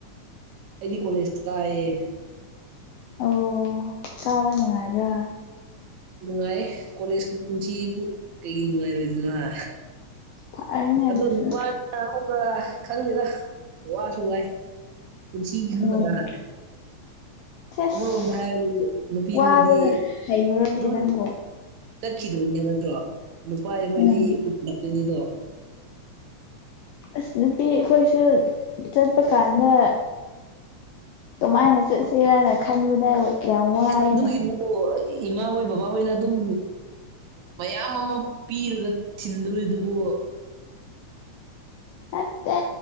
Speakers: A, on the right (about 75°); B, on the left (about 80°).
A: ꯑꯩꯗꯤ ꯀꯣꯂꯦꯖ ꯀꯥꯢꯌꯦ
B: ꯑꯣ ꯀꯥꯕ ꯅꯨꯡꯉꯥꯏꯕ꯭ꯔꯥ
A: ꯅꯨꯡꯉꯥꯏ ꯀꯣꯂꯦꯖꯀꯤ ꯄꯨꯟꯁꯤꯕꯨ ꯀꯩꯒꯤ ꯅꯨꯡꯉꯥꯏꯔꯣꯏꯗꯣꯏꯅꯣ ꯍꯥ
B: ꯐꯔꯦꯅꯦ
A: ꯑꯗꯣ
B: ꯑꯗꯨꯁꯨ
A: ꯅꯨꯄꯥꯅꯤꯅ ꯑꯃꯨꯛꯀ ꯈꯪꯗꯦꯗ ꯋꯥꯁꯨ ꯋꯥꯏ ꯄꯨꯟꯁꯤꯒꯤ ꯈꯟꯒꯗ꯭ꯔꯥ
B: ꯑꯣ ꯁꯦꯁ
A: ꯑꯃꯔꯣꯝꯗ ꯍꯥꯏꯔꯗꯤ ꯅꯨꯄꯤ
B: ꯋꯥꯕꯒ
A: ꯅꯣꯏꯗꯤ
B: ꯍꯩꯕ꯭ꯔꯣꯅꯦ
A: ꯑꯗꯨꯝ
B: ꯅꯪꯕꯨ
A: ꯆꯠꯈꯤꯗꯣꯏꯅꯦ ꯅꯠꯇ꯭ꯔꯣ ꯅꯨꯄꯥ ꯑꯩꯈꯣꯏꯗꯤ
B: ꯎꯝ
A: ꯄꯨꯁꯤꯜꯂꯛꯇꯣꯏꯅꯤꯗꯣ
B: ꯑꯁ ꯅꯨꯄꯤ ꯑꯩꯈꯣꯏꯁꯨ ꯆꯠꯄ ꯀꯥꯟꯗ ꯀꯃꯥꯏꯅ ꯆꯠꯁꯤꯔꯅ ꯈꯟꯕꯗ ꯌꯥꯝ ꯋꯥꯏꯅꯦ
A: ꯑꯗꯨꯒꯤꯕꯨ ꯏꯃꯥ ꯍꯣꯏ ꯕꯕꯥꯍꯣꯏꯅ ꯑꯗꯨꯝ ꯃꯌꯥꯝ ꯑꯃ ꯄꯤꯔꯒ ꯊꯤꯟꯗꯣꯔꯤ ꯑꯗꯨꯕꯨ
B: ꯅꯠꯇꯦ